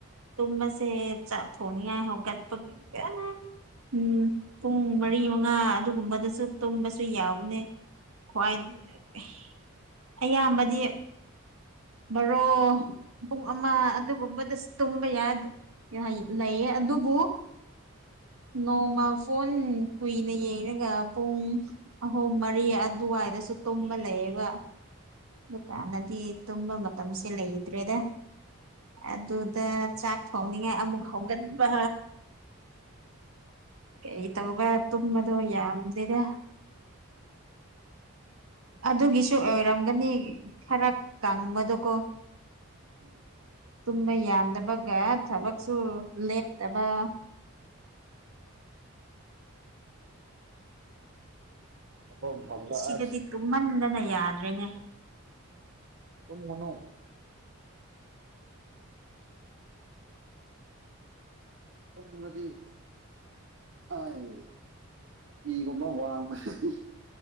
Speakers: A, on the right (about 75°); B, on the right (about 55°).
A: ꯇꯨꯝꯕꯁꯦ ꯆꯥꯛ ꯊꯣꯡꯅꯤꯉꯥꯏ ꯍꯒꯠꯄ <unintelligible> ꯎꯝ ꯄꯨꯡ ꯃꯔꯤ ꯃꯉꯥ ꯑꯗꯨꯒꯨꯝꯕꯗꯁꯨ ꯇꯨꯝꯕꯁꯨ ꯌꯥꯎꯋ <unintelligible> ꯈ꯭ꯋꯥꯏ <unintelligible> ꯑꯌꯥꯝꯕꯗꯤ ꯕꯔꯣ ꯄꯨꯡ ꯑꯃ ꯑꯗꯨꯒꯨꯝꯕꯗꯁꯨ ꯇꯨꯝꯕ <unintelligible> <unintelligible> ꯂꯩꯌꯦ ꯑꯗꯨꯕꯨ
B: <inaudible>
A: ꯅꯣꯡꯃ ꯐꯣꯟ ꯀꯨꯏꯅ ꯌꯦꯡꯔꯒ ꯄꯨꯡ ꯑꯍꯨꯝ ꯃꯔꯤ ꯑꯗꯨꯋꯥꯏꯗꯁꯨ ꯇꯨꯝꯕ ꯂꯩꯌꯦꯕ ꯑꯗꯨꯀꯥꯟꯗꯗꯤ ꯇꯨꯝꯕ ꯃꯇꯝꯁꯦ ꯂꯩꯇ꯭ꯔꯦꯗ ꯑꯗꯨꯗ ꯆꯥꯛ ꯊꯣꯡꯅꯤꯡꯉꯥꯏ ꯑꯃꯨꯛ ꯍꯧꯒꯠꯄ ꯀꯩ ꯇꯧꯕ ꯇꯨꯝꯕꯗꯣ ꯌꯥꯝꯗꯦꯗ ꯑꯗꯨꯒꯤꯁꯨ ꯑꯣꯏꯔꯝꯒꯅꯤ ꯈꯔ ꯀꯪꯕꯗꯣꯀꯣ ꯇꯨꯝꯕ ꯌꯥꯝꯗꯕꯒ ꯊꯕꯛꯁꯨ ꯂꯦꯞꯇꯕ
B: ꯊꯕꯛ ꯃꯥꯐꯝꯗꯥ
A: ꯁꯤꯗꯗꯤ
B: ꯑꯁ
A: ꯇꯨꯝꯃꯟꯗꯅ ꯌꯥꯗ꯭ꯔꯦꯅꯦ
B: ꯇꯨꯝꯒꯅꯣ ꯇꯨꯝꯔꯗꯤ ꯑꯩ ꯕꯤ ꯄꯤ ꯒꯨꯝꯕ ꯋꯥꯡꯕꯁꯤꯗꯤ